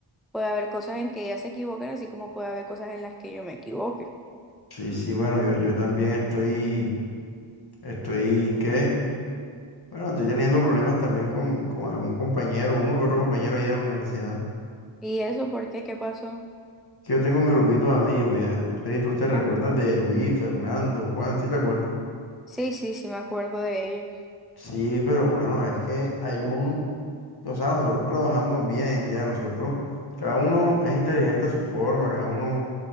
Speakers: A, in the centre; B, on the left.
A: Puede haber cosas en que ellas se equivoquen, así como puede haber cosas en las que yo me equivoque.
B: Sí, sí, bueno, yo, yo también estoy, estoy, ¿qué? Bueno, estoy teniendo problemas también con, con algún compañero, uno que otro compañero ahí de la universidad.
A: ¿Y eso por qué? ¿Qué pasó?
B: Que yo tengo mi grupito de amigos ya. No sé si tú te recuerdas
A: Ajá.
B: de Luis, Fernando, Juan, ¿sí te acuerdas?
A: Sí, sí, sí, me acuerdo de ellos.
B: Sí, pero bueno, es que hay uno, o sea, nosotros trabajamos bien ya, nosotros, cada uno es inteligente a su forma, cada uno,